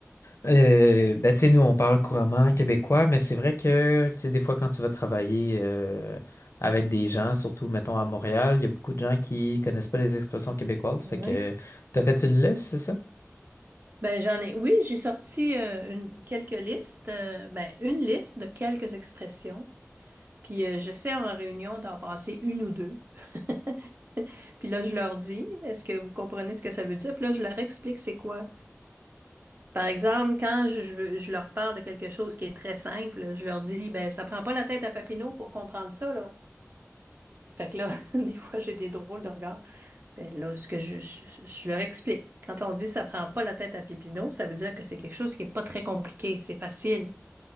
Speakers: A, on the left; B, on the right.
A: euh, ben tu sais nous on parle couramment québécois mais c'est vrai que tu sais des fois quand tu vas travailler euh, avec des gens surtout mettons à Montréal il y a beaucoup de gens qui connaissent pas les expressions québécoises fait
B: Oui.
A: que t'as fait une liste c'est ça?
B: Ben, j'en ai, oui, j'ai sorti euh, une, quelques listes, euh, ben, une liste de quelques expressions. Puis euh, j'essaie en réunion d'en passer une ou deux. <laughs> Puis là, je leur dis, est-ce que vous comprenez ce que ça veut dire? Puis là, je leur explique c'est quoi. Par exemple, quand je, je- je leur parle de quelque chose qui est très simple, je leur dis, ben, ça prend pas la tête à Papineau pour comprendre ça, là. Fait que là, <laughs> des fois, j'ai des drôles de regards. Ben là, ce que je, je- je leur explique. Quand on dit ça prend pas la tête à Papineau, ça veut dire que c'est quelque chose qui est pas très compliqué, c'est facile.